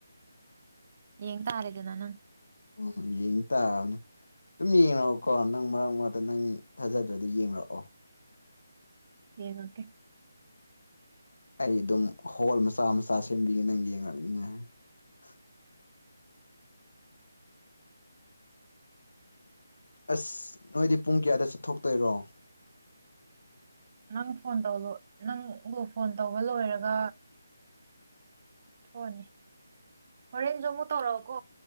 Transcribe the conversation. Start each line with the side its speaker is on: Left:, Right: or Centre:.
Right: ꯌꯦꯡ ꯇ ꯍꯥꯔꯗ ꯅꯅ
Left: ꯑꯣ ꯌꯦꯡ ꯇꯅꯦ ꯑꯗꯨꯝ ꯌꯦꯡꯉꯛꯑꯣꯀꯣ ꯅꯪ ꯃꯔꯛ ꯃꯔꯛꯇ ꯅꯪ ꯊꯥꯖꯗ꯭ꯔꯗꯤ ꯌꯦꯡꯂꯡꯛꯑꯣ
Right: ꯌꯦꯉꯀꯦ
Left: ꯑꯩ ꯑꯗꯨꯝ ꯍꯣꯜ ꯃꯆꯥ ꯃꯆꯥ ꯁꯦꯝꯕꯤꯒꯦ ꯅꯪ ꯌꯦꯡꯂꯛꯅꯤꯉꯥꯏ <unintelligible> ꯑꯁ ꯅꯣꯏꯗꯤ ꯄꯨꯡ ꯀꯌꯥꯗ ꯆꯠꯊꯣꯛꯇꯣꯏꯔꯣ
Right: ꯅꯪ ꯐꯣꯟ ꯅꯪꯕꯨ ꯐꯣꯟ ꯇꯧꯕ ꯂꯣꯏꯔꯒ ꯊꯣꯅꯦ ꯍꯣꯔꯦꯟꯁꯨ ꯑꯃꯨꯛ ꯇꯧꯔꯛꯑꯣꯀꯣ